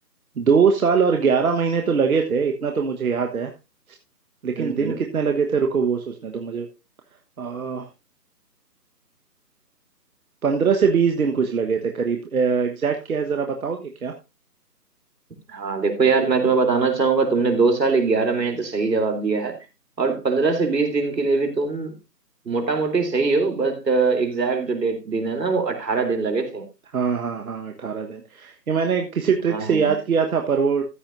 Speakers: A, on the right (about 60°); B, on the right (about 80°).
A: दो साल और ग्यारह महीने तो लगे थे इतना तो मुझे याद है लेकिन
B: हम्म
A: दिन कितने लगे थे रुको वो सोचने दो मुझे आ, पंद्रह से बीस दिन कुछ लगे थे करीब एग्जैक्ट क्या है जरा बताओगे क्या
B: हाँ देखो यार मैं तुम्हें बताना चाहूंगा तुमने दो साल ग्यारह महीने तो सही जवाब दिया है और पंद्रह से बीस दिन के लिए भी तुम मोटा मोटी सही हो बट एग्जैक्ट जो डेट दिन है ना वो अठारह दिन लगे थे
A: हाँ हाँ हाँ अठारह दिन ये मैंने किसी ट्रिक
B: हाँ
A: से याद किया था पर वो